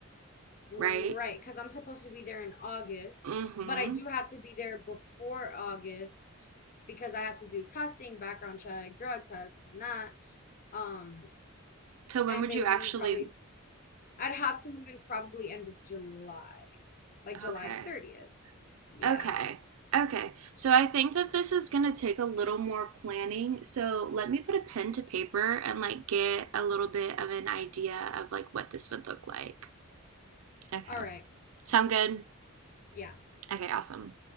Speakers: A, on the left; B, on the right.
A: Right,
B: right?
A: because I'm supposed to be there in August,
B: Mm-hmm.
A: but I do have to be there before August because I have to do testing, background check, drug test, this and that. Um,
B: So when
A: and
B: would
A: they
B: you
A: would
B: actually?
A: need probably, I'd have to move in probably end of July, like July
B: Okay.
A: 30th. Yeah.
B: Okay. Okay. So I think that this is going to take a little more planning. So let me put a pen to paper and like get a little bit of an idea of like what this would look like. Okay.
A: All right.
B: Sound good?
A: Yeah.
B: Okay, awesome.